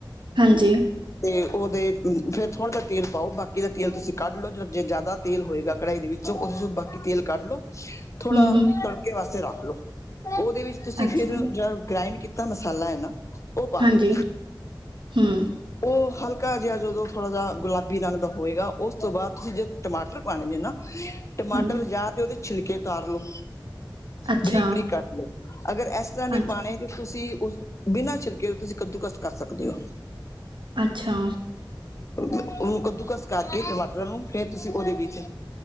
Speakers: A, on the right; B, on the left.
A: ਹਾਂਜੀ।
B: ਤੇ ਉਹਦੇ ਫੇਰ ਥੋੜ੍ਹਾ ਜਿਹਾ ਤੇਲ ਪਾਓ ਬਾਕੀ ਦਾ ਤੇਲ ਤੁਸੀਂ ਕੱਢ ਲਓ ਜ ਜੇ ਜੈਂਦਾ। ਤੇਲ ਹੋਏਗਾ ਕੜਾਈ ਦੇ ਵਿੱਚ ਉਹਦੇ ਚੋ ਬਾਕੀ ਤੇਲ ਕੱਢ ਲਓ। ਥੋੜ੍ਹਾ
A: ਹੂੰ, ਹੂੰ,
B: ਤੜਕੇ ਵਾਸਤੇ ਰੱਖ ਲਓ ਉਹਦੇ ਵਿੱਚ ਤੁਸੀਂ
A: ਅੱਛਾ,
B: ਫਿਰ ਜਿਹੜ। ਗ੍ਰਾਇੰਡ ਕੀਤਾ ਮਸਾਲਾ ਹੈ ਨਾ ਉਹ ਪਾ
A: ਹਾਂਜੀ,
B: ਦਿਓ।
A: ਹੂੰ,
B: ਉਹ ਹਲਕਾ ਜਿਹਾ ਜਦੋਂ ਥੋੜਾ ਜਿਹਾ ਗੁਲਾਬੀ ਰੰਗ ਦਾ ਹੋਏਗਾ ਉਸ। ਉਸ ਤੋਂ ਬਾਅਦ ਤੁਸੀਂ ਜਦ ਟਮਾਟਰ ਪਾਣੇ ਨੇ ਨਾ ਟਮਾਟਰ
A: ਹਾਂਜੀ,
B: ਯਾ ਤੇ ਉਹਦੇ ਛਿਲਕੇ ਤਾਰ ਲੋੋ।
A: ਅੱਛਾ,
B: ਬਰੀਕ-ਬਰੀਕ ਕੱਟ ਲਓ ਅਗਰ ਏਸ ਤਰ੍ਹਾਂ ਨਹੀਂ
A: ਹਾਂਜੀ,
B: ਪਾਣੇ ਤੇ ਤੁਸੀਂ ਉਸ ਬਿਨਾਂ ਛਿਲਕੇ ਤੋਂ ਤੁਸੀਂ ਕੱਦੂਕਸ ਕਰ ਸਕਦੇ ਹੋ।
A: ਅੱਛਾ।
B: ਉਹਨੂੰ ਕੱਦੂਕਸ ਕਰਕੇ ਟਮਾਟਰਾਂ ਨੂੰ ਫੇਰ ਤੁਸੀਂ ਉਹਦੇ ਵਿੱਚ।